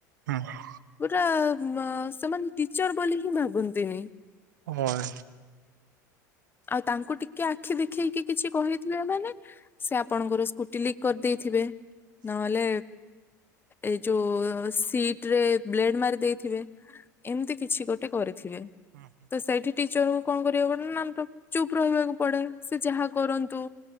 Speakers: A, on the right; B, on the left.
A: ହଁ।
B: ପୁରା ସେମାନେ ଟିଚର ବୋଲି ହିଁ ଭାବନ୍ତିନି।
A: ହଁ ଏ।
B: ଆଉ ତାଙ୍କୁ ଟିକେ ଆଖି ଦେଖେଇକି କିଛି କହିଥିବେ ମାନେ ସେ ଆପଣଙ୍କର ସ୍କୁଟି ଲିକ୍ କରି ଦେଇଥିବେ। ନହେଲେ ଏଇ ଯୋଉ ସିଟରେ ବ୍ଲେଡ ମାରି ଦେଇଥିବେ। ଏମିତି କିଛି ଗୋଟେ କରିଥିବେ।
A: ହଁ ହଁ।
B: ତ ସେଇଠି ଟିଚର କୁ କଣ କରିବାକୁ ପଡେ ନାମ ଚୁପ ରହିବାକୁ ପଡେ ସେ ଯାହା କରନ୍ତୁ।